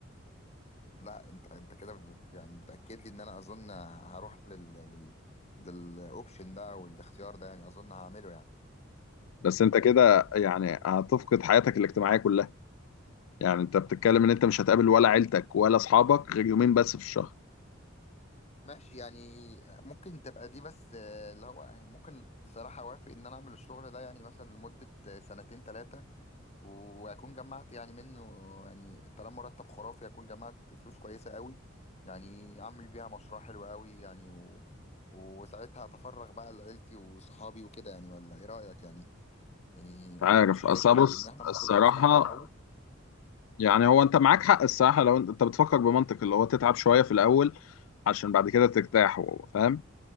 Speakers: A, on the left; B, on the left.
A: لا انت انت كده ب- يعني بتاكد لي ان انا اظن هروح لل لل للاوبشن ده والاختيار ده يعني اظن هعمله يعني
B: بس انت كده يعني هتفقد حياتك الاجتماعية كلها يعني انت بتتكلم ان انت مش هتقابل ولا عيلتك ولا اصحابك غير يومين بس في الشهر
A: ماشي يعني ممكن تبقى دي بس آه، اللي هو يعني ممكن صراحة اوافق ان انا اعمل الشغل ده يعني مثلا لمدة آه، سنتين ثلاثة واكون جمعت يعني منه يعني طالما مرتب خرافي اكون جمعت فلوس كويسة قوي يعني اعمل بيها مشروع حلو قوي يعني و... وساعتها اتفرغ بقى لعيلتي وصحابي وكده يعني ولا ايه رأيك يعني يعني
B: مش عارف
A: مش شايف
B: اصل
A: ان
B: بص
A: إن احنا المفروض
B: الصراحة
A: نتعب في الاول
B: يعني هو انت معاك حق الصراحة لو انت أنت بتفكر بمنطق اللي هو تتعب شوية في الاول عشان بعد كده ترتاح فاهم